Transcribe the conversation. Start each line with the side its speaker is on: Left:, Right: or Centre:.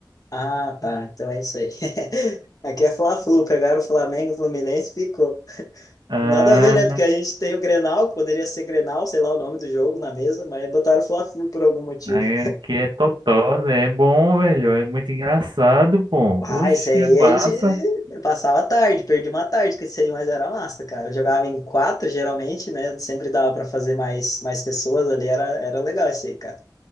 Left: Ah, tá. Então é isso aí. <laughs> Aqui é Fla-Flu. Pegaram o Flamengo, o Fluminense e ficou.
Right: Ah,
Left: Nada a ver, né? Porque a gente tem o Grenal, que poderia ser Grenal, sei lá o nome do jogo na mesa, mas botaram o Fla-Flu por algum motivo.
Right: aqui é Totó. né? É bom, velho. É muito engraçado, pô.
Left: Ah,
Right: Oxe,
Left: isso aí
Right: é massa.
Left: a gente passava a tarde, perdi uma tarde com isso aí, mas era massa, cara. Eu jogava em quatro, geralmente, né? Sempre dava para fazer mais, mais pessoas ali, era, era legal isso aí, cara.